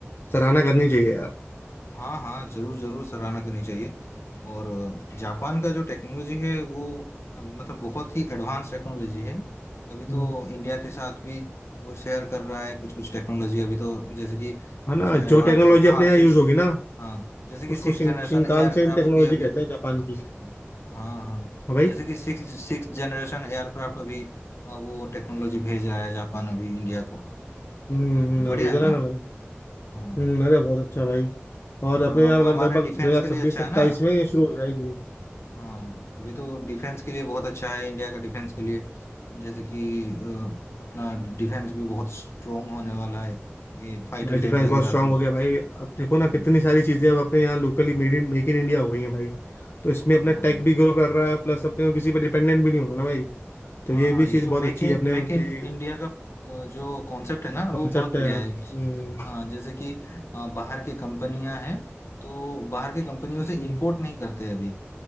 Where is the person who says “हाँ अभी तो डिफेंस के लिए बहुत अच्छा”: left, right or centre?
Left